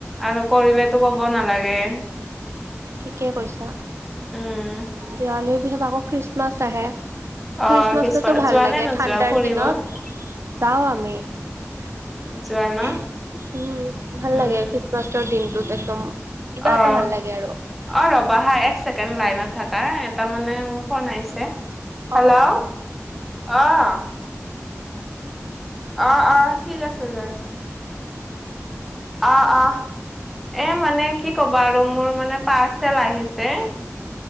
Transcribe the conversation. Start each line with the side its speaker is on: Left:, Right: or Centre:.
Centre: আৰু কৰিলেতো ক'ব নালাগে।
Right: ঠিকেই কৈছা,
Centre: উম
Right: দেৱালীৰ পিছত আকৌ খ্ৰীষ্টমাছ আহে। খ্ৰীষ্টমাছটোটো
Centre: অ খ্ৰীষ্টমাছ
Right: ভাল
Centre: যোৱা
Right: লাগে
Centre: নে নোযোৱা
Right: ঠাণ্ডাৰ
Centre: ফুৰিব
Right: দিনত,
Centre: অ
Right: যাওঁ আমি। উম,
Centre: যোৱা ন
Right: ভাল
Centre: উম
Right: লাগে, খ্ৰীষ্টমাছৰ দিনটোত একদম। কিবা
Centre: অ',
Right: এটা ভাল লাগে আৰু
Centre: অ', ৰ'বা হা এক ছেকেণ্ড লাইনত থাকা এ তাৰমানে মোৰ ফোন আহিছে, হেল্ল'
Right: অ
Centre: অ'। অ, অ', ঠিক আছে যাই আছো। অ', অ', এ মানে কি ক'বা আৰু মোৰ মানে পাৰ্চেল আহিছে।